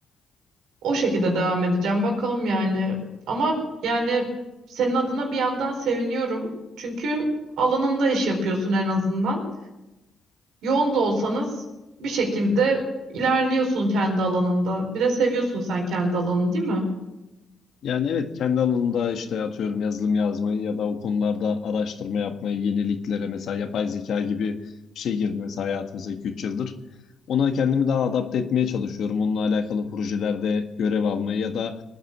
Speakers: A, on the right; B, on the left.
A: O şekilde devam edeceğim bakalım yani. Ama yani senin adına bir yandan seviniyorum. Çünkü alanında iş yapıyorsun en azından. Yoğun da olsanız bir şekilde ilerliyorsun kendi alanında. Bir de seviyorsun sen kendi alanını, değil mi?
B: Yani evet kendi alanında işte atıyorum yazılım yazmayı ya da o konularda araştırma yapmayı, yeniliklere mesela yapay zeka gibi bir şey girdi mesela hayatımıza 2-3 yıldır. Ona kendimi daha adapte etmeye çalışıyorum. Onunla alakalı projelerde görev almayı ya da